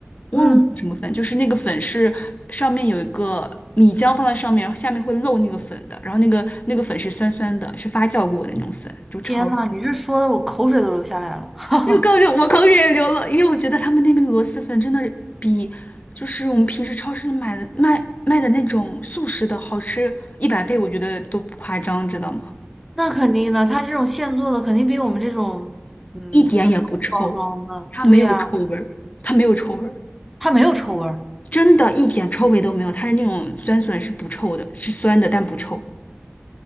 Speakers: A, on the left; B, in the centre.
A: 忘了叫什么粉，
B: 嗯，
A: 就是那个粉是上面有一个米浆放在上面，下面会漏那个粉的，然后那个那个粉是酸酸的，是发酵过的那种粉，就超级。
B: 天呐，你这说的我口水都流下来了。<laughs>
A: 又高就我口水也流了，因为我觉得他们那边的螺蛳粉真的比就是我们平时超市买的卖卖的那种速食的好吃一百倍，我觉得都不夸张，知道吗？
B: 那肯定的，它这种现做的肯定比我们这种嗯真空包装的，
A: 一点也不臭，它没有臭味儿，
B: 对呀、
A: 它没有臭味儿，
B: 它没有臭味儿。
A: 真的一点臭味都没有，它是那种酸笋是不臭的，是酸的但不臭。